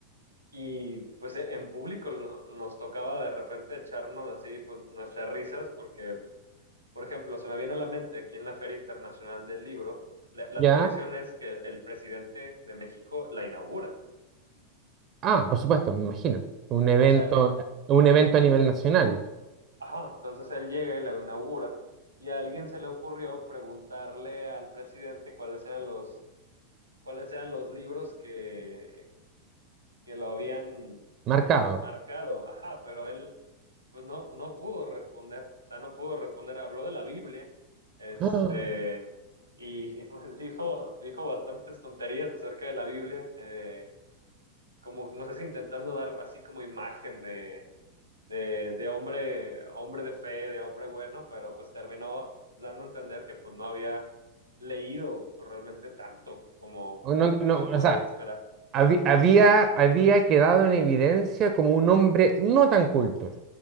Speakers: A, on the right; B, on the right.
A: Y pues e- en público no- nos tocaba de repente echarnos así pues, nuestras risas porque por ejemplo, se me viene a la mente aquí en la Feria Internacional del Libro, la, la
B: ¿Ya?
A: tradición es que el presidente de México la inaugura.
B: Ah, por supuesto, me imagino. Un evento,
A: O sea, él-
B: un evento a nivel nacional,
A: ajá, entonces él llega y la inaugura y a alguien se le ocurrió preguntarle al presidente cuáles eran los, cuáles eran los libros que, que lo habían
B: marcado.
A: marcado, ajá, pero él pues no, no pudo responder, o sea, no pudo responder, habló de la Biblia, este,
B: <gasps>
A: y, y, pues dijo, dijo bastantes tonterías acerca de la Biblia, eh, como, no sé si intentando dar así como imagen de, de, de hombre, hombre de fe, de hombre bueno, pero pues terminó dando a entender que pues no había leído pues, realmente tanto como,
B: Ah, No, no,
A: como se
B: o
A: podía
B: sea,
A: esperar.
B: habi- había, había quedado en evidencia como un hombre no tan culto.